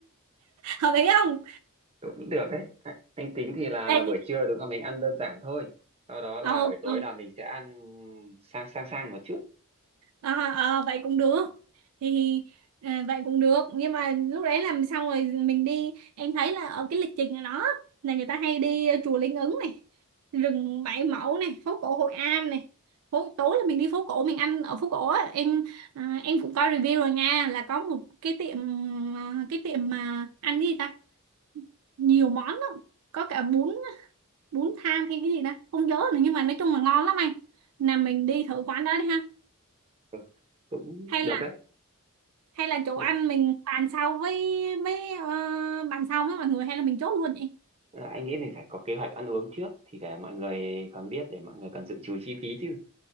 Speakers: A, on the right (about 75°); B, on the right (about 25°).
A: hợp lý không
B: cũng được đấy anh anh tính thì là
A: Ê,
B: buổi trưa đúng là mình ăn đơn giản thôi sau đó là
A: ờ,
B: buổi tối
A: ờ,
B: là mình sẽ ăn sang sang sang một chút
A: À, à, vậy cũng được thì à, vậy cũng được nhưng mà lúc đấy làm xong rồi mình đi em thấy là ở cái lịch trình ở đó là người ta hay đi chùa Linh Ứng này rừng Bảy Mẫu này phố cổ Hội An này phố tối là mình đi phố cổ mình ăn ở phố cổ á em à, em cũng coi review rồi nha là có một cái tiệm à, cái tiệm mà ăn cái gì ta nhiều món lắm có cả bún bún thang hay cái gì ta không nhớ nữa nhưng mà nói chung là ngon lắm anh là mình đi thử quán đó đi ha
B: ừ, cũng
A: hay
B: được
A: là
B: đấy
A: hay là chỗ
B: Nhưng,
A: ăn mình bàn sau với với ờ, bàn sau với mọi người hay là mình chốt luôn vậy
B: ờ, anh nghĩ mình phải có kế hoạch ăn uống trước thì để mọi người còn biết để mọi người còn dự trù chi phí chứ